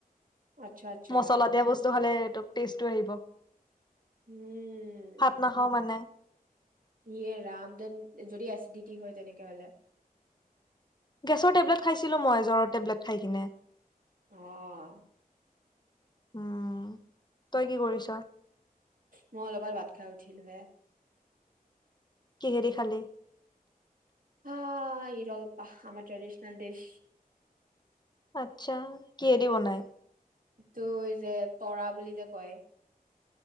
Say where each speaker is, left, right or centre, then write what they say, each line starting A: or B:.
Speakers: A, on the right; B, on the left.
A: আচ্ছা আচ্ছা
B: মছলা <unintelligible> আহিব
A: ইয়ে,
B: ভাত নাখাও মানে
A: ইয়ে ৰাম ধন যদি এছিডিটি হয় তেনেক হ'লে।
B: গেছৰ টেবলেট খাইছিলোঁ মই জ্বৰৰ টেবলেট খাই কিনে।
A: অহ।
B: উম। তই কি কৰিছ?
A: মই অলপমান ভাত খাই উঠিলো হে।
B: কিহেদি খালি?
A: হা এই ৰলপাহ আমাৰ ট্ৰেডিচনল ড্ৰেছ।
B: আত্ছা। কিহেদি বনাই?
A: টো যে তৰা বুলি যে কয়!